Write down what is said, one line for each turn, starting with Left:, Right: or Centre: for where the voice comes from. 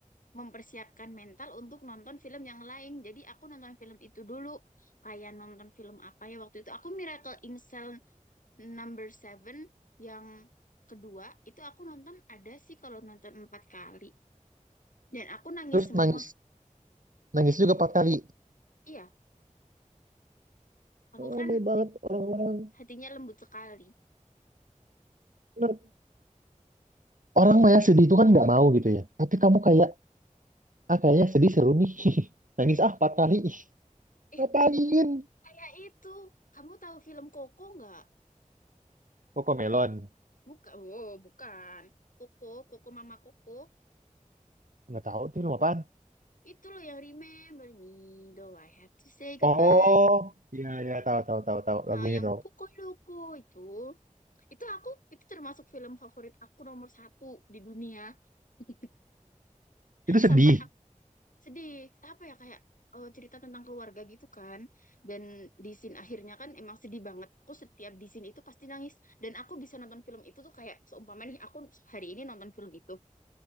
Left: mempersiapkan mental untuk nonton film yang lain. Jadi aku nonton film itu dulu. Kayak nonton film apa ya waktu itu. Aku Miracle in Cell Number seven yang kedua. Itu aku nonton ada sih kalau nonton empat kali. Dan aku nangis
Right: Terus
Left: semua.
Right: nangis nangis juga empat kali.
Left: Iya, aku kan
Right: aneh banget orang-orang
Left: hatinya lembut sekali.
Right: nerd Orang mah ya sedih itu kan nggak mau gitu ya. Tapi kamu kayak, ah kayaknya sedih seru nih. <laughs> Nangis ah empat kali. <laughs> Ih,
Left: Eh,
Right: Ngapain?
Left: kayak itu. Kamu tahu film Koko nggak?
Right: Koko Melon.
Left: Bukan. Oh, bukan. Koko, Koko Mama Koko.
Right: Nggak tahu itu film apaan.
Left: Itu loh yang Remember Me, Though I Have to Say Goodbye.
Right: Oh, iya iya tahu tahu tahu tahu
Left: Nah,
Right: lagunya
Left: yang
Right: tahu.
Left: pukul Loco itu, itu aku, itu termasuk film favorit aku nomor satu di dunia. <laughs>
Right: Itu sedih.
Left: Sampai aku sedih, apa ya, kayak eh, cerita tentang keluarga gitu kan. Dan di scene akhirnya kan emang sedih banget. Aku setiap di scene itu pasti nangis. Dan aku bisa nonton film itu tuh kayak, seumpama nih, aku hari ini nonton film itu,